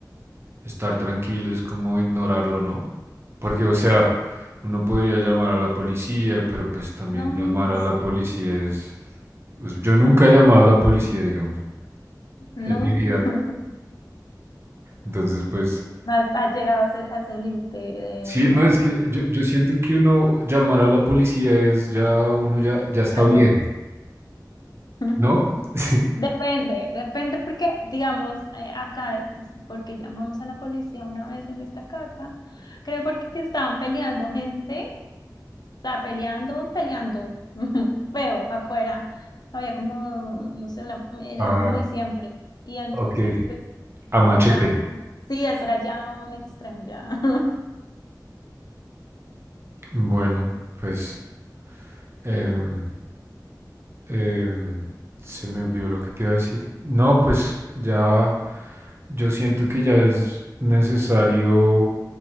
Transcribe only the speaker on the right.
estar tranquilo es como ignorarlo, ¿no? Porque, o sea, uno podría llamar a la policía, pero pues también
llamar
a la policía es... pues, yo nunca he llamado a la policía, digamos,
en mi vida.
Entonces, pues,
Sí, no,
es que yo, yo siento que uno llamar a la policía es ya, uno ya, ya está
viejo,
¿no? <laughs>
Ah,
ok.
A machete.
Bueno, pues em, em, se me olvidó lo que te iba a decir. No, pues ya yo siento que ya es necesario...